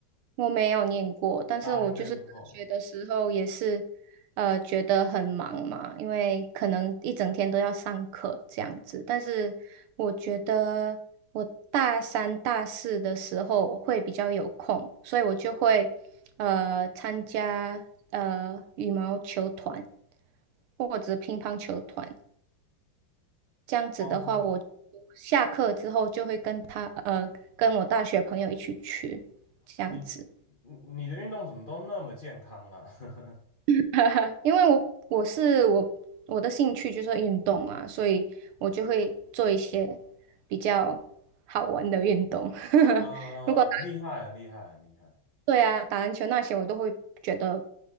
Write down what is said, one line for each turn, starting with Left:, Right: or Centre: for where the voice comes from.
Right: 我没有念过，但是我就是大学的时候也是，
Left: 啊，你没有念过。
Right: 呃，觉得很忙嘛，因为可能一整天都要上课这样子。但是我觉得我大三、大四的时候会比较有空，所以我就会呃参加呃羽毛球团或者乒乓球团。这样子的话，
Left: 哦
Right: 我下课之后就会跟他呃跟我大学朋友一起去这样子。
Left: 你你你的运动怎么都那么健康啊？<laughs>
Right: <laughs> 哈哈，因为我我是我我的兴趣就是运动啊，所以我就会做一些比较好玩的运动。
Left: 嗯很厉害，
Right: <laughs> 如果
Left: 很厉害，很厉害。
Right: 对啊，打篮球那些我都会觉得